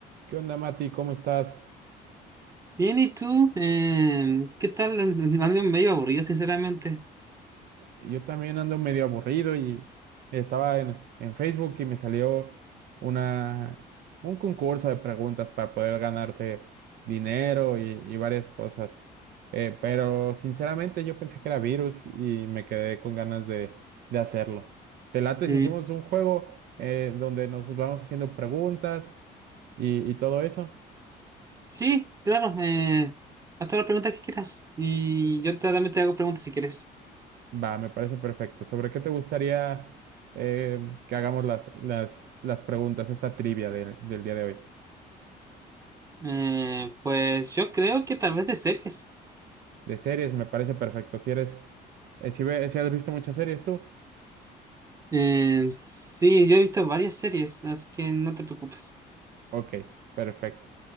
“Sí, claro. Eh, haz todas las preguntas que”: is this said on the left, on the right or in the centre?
Right